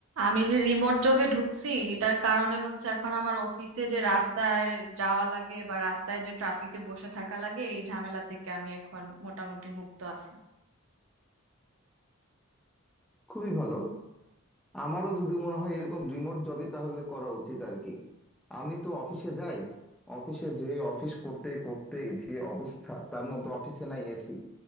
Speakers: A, on the right (about 70°); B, in the centre.
A: আমি যে রিমোট জবে ঢুকছি এটার কারণে হচ্ছে এখন আমার অফিসে যে রাস্তায় যাওয়া লাগে বা রাস্তায় যে ট্রাফিকে বসে থাকা লাগে এই ঝামেলা থেকে আমি এখন মোটামুটি মুক্ত আছি
B: খুবই ভালো আমারও যদি মনে হয় এরকম রিমোট জবই তাহলে করা উচিত আর কি আমি তো অফিসে যাই অফিসে যে অফিস করতে করতে যে অবস্থা তার মধ্যে অফিসে নাই এসি